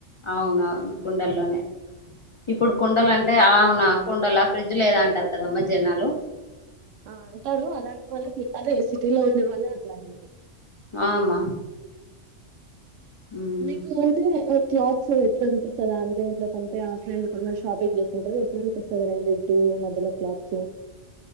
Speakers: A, on the left; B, on the right.
A: అవునవును కుండల్లోనే ఇప్పుడు కుండలు అంటే అ ఔనా కుండలా ఫ్రిజ్ లేదా అంటారు కదమ్మా జనాలు
B: ఆ అంటారు అలాంటి వాళ్ళకి అదే సిటీలో ఉండే వాళ్ళ లడిగేది
A: ఆ అమ్మా ఉమ్
B: మీకు అంటే క్లాత్స్ ఎట్లనిపిస్తాది ఆన్లైన్ లో కంటే ఆఫ్లైన్ లో <unintelligible> షాపింగ్ చేస్తుంటే ఎట్లనిపిస్తాది రెండింటి మధ్యలో క్లాత్స్